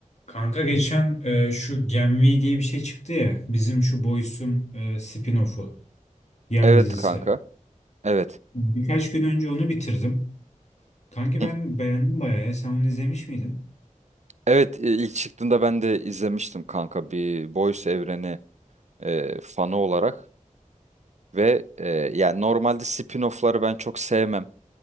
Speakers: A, on the left; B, on the right.
A: Kanka geçen e, şu Gen V diye bir şey çıktı ya. Bizim şu Boys'un e, spin-off'u, yan
B: Evet
A: dizisi.
B: kanka. Evet.
A: Birkaç gün önce onu bitirdim. Kanki ben
B: Hı.
A: beğendim bayağı ya. Sen onu izlemiş miydin?
B: Evet e, ilk çıktığında ben de izlemiştim kanka bir Boys evreni e, fanı olarak ve e, yani normalde spin-off'ları ben çok sevmem.